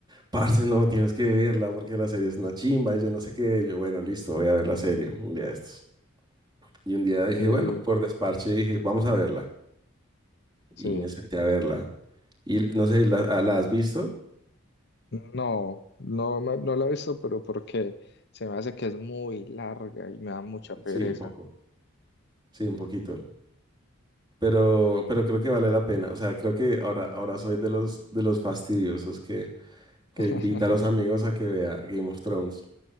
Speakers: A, on the right; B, on the left.
A: parce, no, tienes que verla porque la serie es una chimba y yo no sé qué. Yo, bueno, listo, voy a ver la serie un día de estos. Y un día dije,
B: Y
A: bueno, por desparche dije, vamos a verla. Y
B: sí.
A: me senté a verla. Y no sé, ¿la, a- la has visto?
B: No, no, me- no la he visto, pero porque se me hace que es muy larga y me da mucha pereza.
A: Sí, un poco. Sí, un poquito. Pero, pero creo que vale la pena. O sea, creo que ahora, ahora soy de los, de los fastidiosos que, que
B: <laughs>
A: invita a los amigos a que vea Game of Thrones.